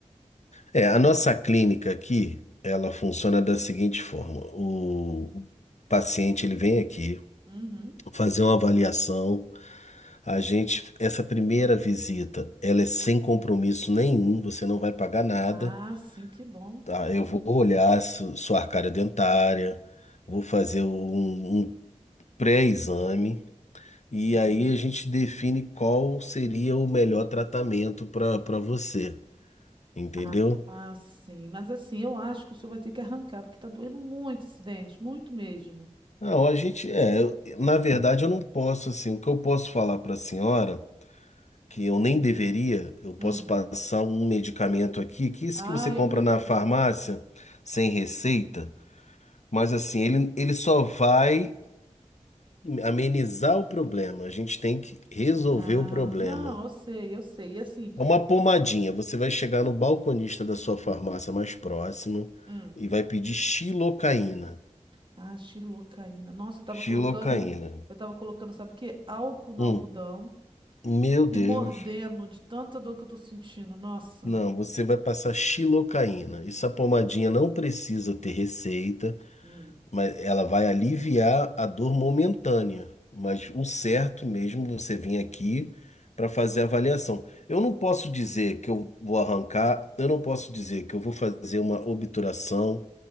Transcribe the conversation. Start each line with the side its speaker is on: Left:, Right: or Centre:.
Left: É, a nossa clínica aqui, ela funciona da seguinte forma: o paciente ele vem aqui.
Right: Uhum.
Left: fazer uma avaliação. A gente, essa primeira visita, ela é sem compromisso nenhum, você não vai pagar nada,
Right: Ah, sim, que bom.
Left: tá? Eu vou olhar su- sua arcária dentária, vou fazer um, um pré-exame e
Right: Entendi.
Left: aí a gente define qual seria o melhor tratamento para para você, entendeu?
Right: Ah, ah, sim. Mas assim, eu acho que o senhor vai ter que arrancar, porque tá doendo muito esse dente, muito mesmo.
Left: Não, a gente é, eu- na verdade eu não posso assim, o que eu posso falar para a senhora que eu nem deveria, eu posso
Right: Hum.
Left: passar um medicamento aqui, que isso
Right: Ah,
Left: que você compra
Right: eu prefiro.
Left: na farmácia, sem receita, mas assim, ele, ele só vai amenizar o problema. A gente tem que resolver
Right: Ah,
Left: o problema.
Right: não, eu sei, eu sei. E assim,
Left: É uma pomadinha. Você vai chegar no balconista da sua farmácia mais próxima
Right: hum.
Left: e vai pedir xilocaína.
Right: Ah, xilocaína. Nossa, eu tava
Left: Xilocaína.
Right: colocando, eu tava colocando, sabe o quê? Álcool no
Left: Hum,
Right: algodão.
Left: meu Deus.
Right: E mordendo de tanta dor que eu tô sentindo. Nossa,
Left: Não, você vai passar xilocaína. Essa pomadinha não precisa ter receita.
Right: Hum.
Left: mas ela vai aliviar a dor momentânea. Mas o certo mesmo, é você vir aqui para fazer a avaliação. Eu não posso dizer que eu vou arrancar, eu não posso dizer que eu vou fazer uma obturação.